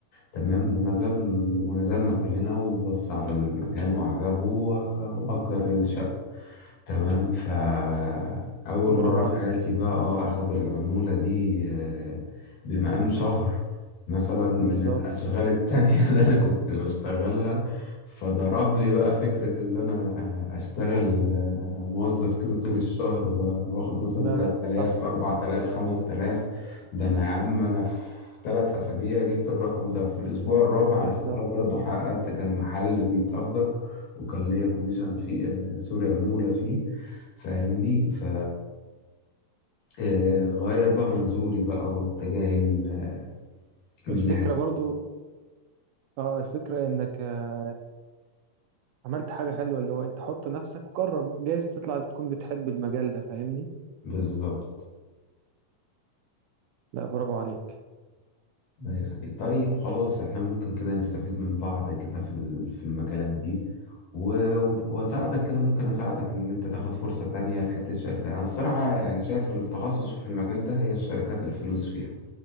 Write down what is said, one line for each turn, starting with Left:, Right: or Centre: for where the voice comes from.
Left: تمام ونزل ونزلنا كلنا وبص على المكان وعجبه و- وأجر الشقة تمام فأول
Right: برافو
Left: مرة في
Right: عليك
Left: حياتي بقى اه اخد العمولة دي آه، بمقام شهر مثلا من
Right: بالظبط
Left: الأشغال التانية <laughs> اللي أنا كنت بشتغلها فضرب لي بقى فكرة اللي أنا أشتغل آه، موظف كده طول الشهر و- وآخد مثلا
Right: لا
Left: 3000
Right: لا صح
Left: 4000 5000 ده أنا يا عم أنا في ثلاث أسابيع جبت الرقم ده في الأسبوع الرابع على
Right: بالظبط
Left: فكرة برضه حققت كان محل بيتأجر وكان ليا كوميشن فيه آه، سوري عمولة فيه فاهمني ف آه، غير بقى منظوري بقى واتجاهي ال- من
Right: الفكرة
Left: ناحية
Right: برضو اه الفكرة انك آه، عملت حاجة حلوة اللي هو انت حط نفسك وجرب جايز تطلع بتكون بتحب المجال ده فاهمني
Left: بالظبط
Right: لا برافو عليك
Left: الله يخليك طيب خلاص احنا ممكن كده نستفيد من بعض كده في ال- في المجالات دي و- وت- واساعدك كده ممكن اساعدك ان انت تاخد فرصة تانية لحتة شركة انا الصراحة يعني شايف التخصص في المجال ده هي الشركات الفلوس فيها